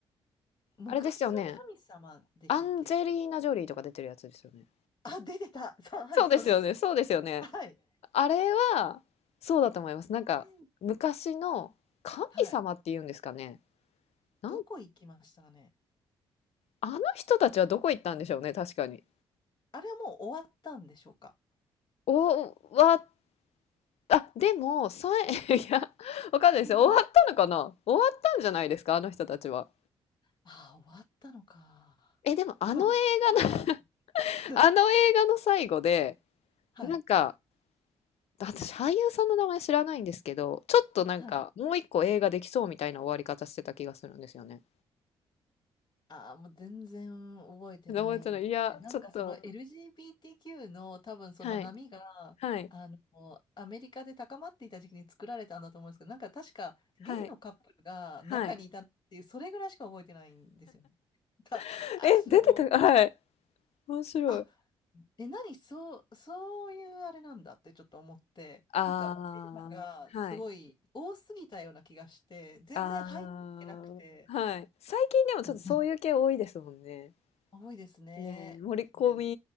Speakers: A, on the left (about 40°); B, on the left (about 65°).
A: 昔の神様でしたっけ
B: あれですよね。アンジェリーナ・ジョリーとか出てるやつですよね。
A: あ出てたさはいそうです
B: そうですよね。そうですよね。
A: はい
B: あれは、そうだと思います。なんか、
A: あれ
B: 昔の神様っていうんですかね。
A: はい
B: なん、
A: どこ行きましたかね
B: あの人たちはどこ行ったんでしょうね、確かに。
A: あれはもう終わったんでしょうか
B: お、わ、あ、でも、さえ、<laughs> いや、わかんないですよ。
A: <laughs>
B: 終わったのかな終わったんじゃないですか、あの人たちは。
A: ああ、終わったのか。
B: え、でも、あの映
A: <laughs> 終わったのか。
B: 画の <laughs>
A: <laughs>
B: あの映画の最後で、
A: はい。
B: なんか、私、俳優さんの名前知らないんですけど、ちょっとなんか、
A: はい。
B: もう一個映画できそうみたいな終わり方してた気がするんですよね。
A: ああ、もう全然覚えてないですね。
B: 覚えてない。いや、
A: なんかその
B: ちょっと、
A: LGBTQ の多分その波が、
B: はい、はい。
A: あの、アメリカで高まっていた時期に作られたんだと思うんですけど、なんか確かゲイのカップルが中にいたっていう、
B: はい。はい。
A: それぐらいしか覚えてないんですよね。<laughs> た、
B: <laughs>
A: あの、
B: え、出てた、はい。面白い。
A: あ、え、何、そう、そういうあれなんだってちょっと思って、
B: ああ、
A: なんかテーマがすごい多すぎたような気がして、
B: はい。
A: 全然入っていけなくて、
B: ああ、はい。最近でもちょっとそういう系多いですもんね。
A: うん <laughs> 多いですね、
B: ねえ、盛り込
A: ディズニーに。